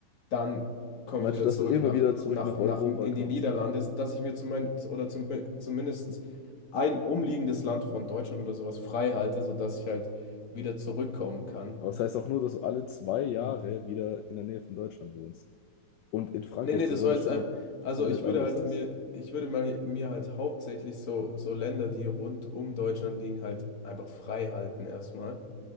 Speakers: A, on the left; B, on the left.
A: dann komme
B: Meinst
A: ich wieder
B: du, dass
A: zurück
B: du immer
A: nach,
B: wieder zurück
A: nach,
B: nach Europa
A: nach in
B: kommst?
A: die Niederlande, dass ich mir zum, oder zum, zumindest ein umliegendes Land von Deutschland oder sowas frei halte, sodass ich halt wieder zurückkommen kann.
B: Aber das heißt auch nur, dass du alle zwei Jahre
A: In-
B: wieder in der Nähe von Deutschland wohnst. Und in Frankreich,
A: Nee, nee,
B: so
A: das
B: wohne
A: war
B: ich
A: jetzt
B: immer
A: einfach,
B: noch
A: also
B: komplett
A: ich
B: anders
A: würde halt
B: als.
A: mir, ich würde mal, mir halt hauptsächlich so, so Länder, die rund um Deutschland liegen, halt einfach frei halten erstmal,